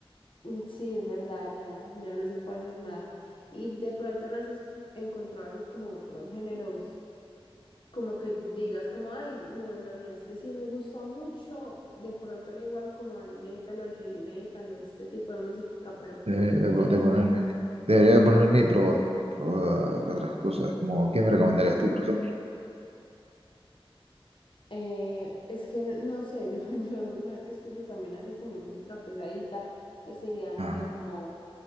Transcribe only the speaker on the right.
Eh, de,
de ponerme,
debería de ponerme y probar, probar otras cosas, como ¿qué me recomendarías tú, por ejemplo?
Ah,